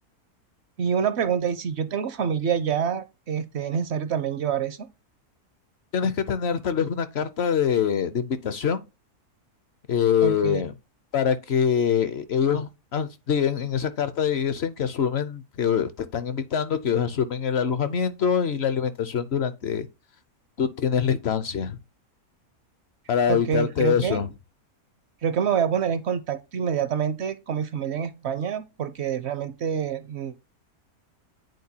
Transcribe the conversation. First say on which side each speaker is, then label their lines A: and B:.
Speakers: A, on the right (about 60°); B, on the left (about 55°).
A: Y una pregunta, ¿y si yo tengo familia ya, este, es necesario también llevar eso?
B: Tienes que tener tal vez una carta de de invitación eh,
A: Ok,
B: para que ellos as- digan- en esa carta dicen que asumen que eh, te están invitando, que ellos asumen el alojamiento y la alimentación durante tú tienes la estancia, para
A: ok,
B: evitarte
A: creo que,
B: eso.
A: creo que me voy a poner en contacto inmediatamente con mi familia en España porque realmente mm,